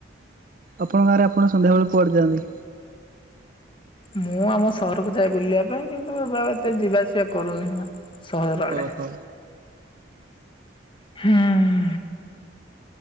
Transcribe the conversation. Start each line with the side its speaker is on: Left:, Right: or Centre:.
Right: ଆପଣ ଗାଁରେ ଆପଣ ସନ୍ଧ୍ୟାବେଳେ କୁଆଡି ଯାଆନ୍ତି?
Left: ମୁଁ ଆମ ସହରକୁ ଯାଏ ବୁଲିବା ପାଇଁ କିନ୍ତୁ ବା ଏତେ ଯିବାଆସିବା କରୁନି ସହର ଆଡେ।
Right: ଓହୋ।
Left: ହୁଂ